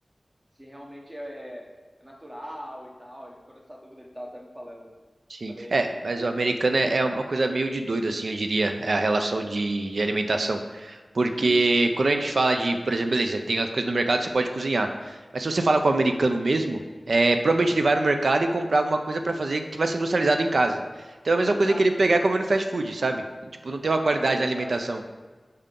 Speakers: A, on the right; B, on the right.
A: se realmente é, é natural e tal. Ele ficou nessa dúvida, ele tava até me falando.
B: Sim,
A: Falei,
B: é,
A: putz,
B: mas o americano é é uma coisa meio de doido, assim, eu diria, é a relação de, de alimentação. Porque
A: sim,
B: quando a gente fala de, por exemplo, beleza, tem as coisas no mercado, você pode cozinhar. Mas se você fala com o americano mesmo, é, provavelmente ele vai no mercado e comprar alguma coisa pra fazer que vai ser industrializado em casa. Então é a mesma
A: exato.
B: coisa que ele pegar e comer no fast food, sabe? Tipo, não tem
A: É a
B: uma
A: mesma
B: qualidade
A: coisa,
B: na alimentação.
A: exato.